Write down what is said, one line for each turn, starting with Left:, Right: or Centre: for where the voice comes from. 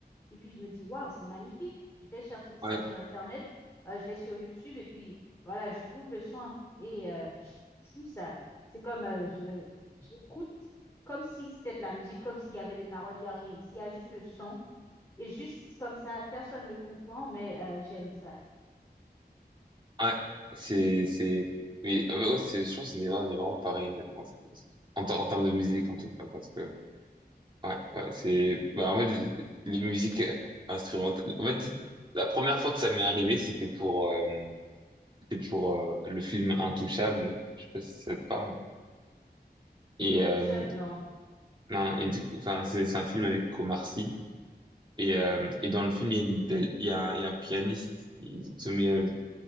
Left: Et puis je me dis, waouh, c'est magnifique. Je vais chercher ça
Right: Ouais,
Left: sur Internet, euh, je vais sur YouTube et puis voilà, je trouve le son et euh, je je joue ça. C'est comme euh, je j'écoute comme si c'était de la musique, comme s'il y avait des paroles, il n'y a rien ici, il y a juste le son. Et juste comme ça, personne ne comprend, mais euh, j'aime ça.
Right: ouais, c'est... c'est... Mais euh, ouais, c'est- je pense qu'on est, on est vraiment pareil, je pense. En, ter- en termes de musique, en tout cas, parce que... Ouais, ouais, c'est, bah, en fait, les musiques instrumentales. En fait, la première fois que ça m'est arrivé, c'était pour, euh, c'était pour euh, le film Intouchable. Je sais pas si ça te parle. Et,
Left: Intouchable,
Right: euh,
Left: non.
Right: non, et du- enfin, c'est c'est un film avec Omar Sy. Et, euh, et dans le film, il y a une belle, il y a, un- il y a un pianiste. Il se met, euh,